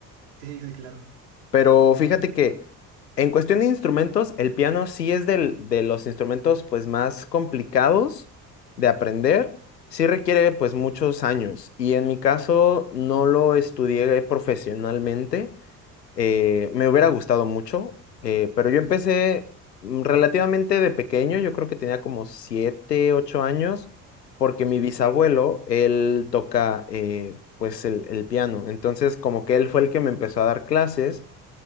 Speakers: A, on the right (about 65°); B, on the left (about 80°).
A: Sí, sí, claro.
B: Pero fíjate que en cuestión de instrumentos, el piano sí es del- de los instrumentos pues más complicados de aprender. Sí requiere pues muchos años y en mi caso no lo estudié profesionalmente. eh, me hubiera gustado mucho, eh, pero yo empecé mm, relativamente de pequeño, yo creo que tenía como 7 8 años, porque mi bisabuelo, él toca eh, pues el el piano. Entonces como que él fue el que me empezó a dar clases